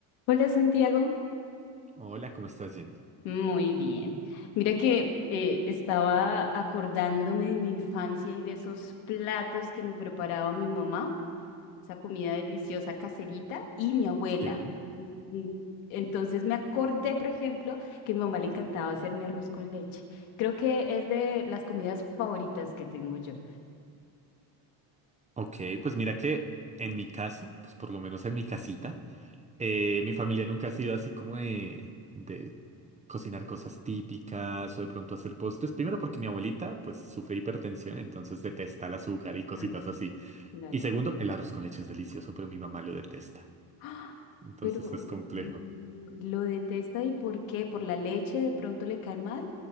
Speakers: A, on the left; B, on the right.
A: Hola Santiago,
B: Hola, ¿cómo estás, Jenny?
A: muy bien. Mira que eh, estaba acordándome de mi infancia y de esos platos que me preparaba mi mamá, esa comida deliciosa caserita y mi abuela.
B: Sí.
A: Mm, mm, Entonces me acordé, por ejemplo, que a mi mamá le encantaba hacer mi arroz con leche. Creo que es de las comidas favoritas que tengo yo.
B: Ok, pues mira que en mi caso, pues por lo menos en mi casita, eh, mi familia nunca ha sido así como de, de cocinar cosas típicas o de pronto hacer postres. Primero porque mi abuelita pues sufre hipertensión, entonces detesta el azúcar y cositas
A: Ah,
B: así.
A: claro.
B: Y segundo, el arroz con leche es delicioso, pero mi mamá lo detesta.
A: ¡Ah!
B: Entonces
A: Pero
B: es complejo.
A: mm, lo detesta ¿y por qué? ¿Por la leche de pronto le cae mal?